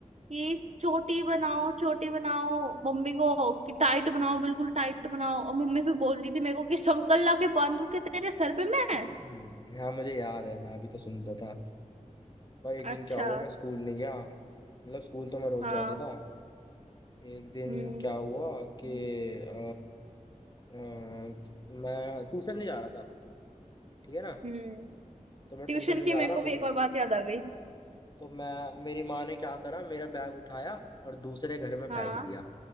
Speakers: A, on the right (about 55°); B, on the left (about 35°).
A: कि चोटी बनाओ चोटी बनाओ मम्मी को कि टाइट बनाओ बिल्कुल टाइट बनाओ और मम्मी फिर बोलती थी मेरे को कि संगल ला के बांधू के तेरे सर पे मैं
B: <laughs> हम्म, हाँ मुझे याद है मैं अभी तो सुनता था भाई एक दिन
A: अच्छा
B: क्या हुआ मैं स्कूल नहीं गया मतलब स्कूल तो मैं रोज
A: हाँ
B: जाता था एक दिन
A: हम्म
B: क्या हुआ कि अ, अ, मैं ट्यूशन नहीं जा रहा था ठीक है ना
A: हम्म
B: तो मैं
A: ट्यूशन
B: ट्यूशन नहीं
A: की
B: जा
A: मेरे
B: रहा
A: को भी
B: मम,
A: एक और बात याद आ गई
B: तो मैं मेरी माँ ने क्या करा मेरा बैग उठाया और दूसरे घर में
A: हाँ
B: फेंक दिया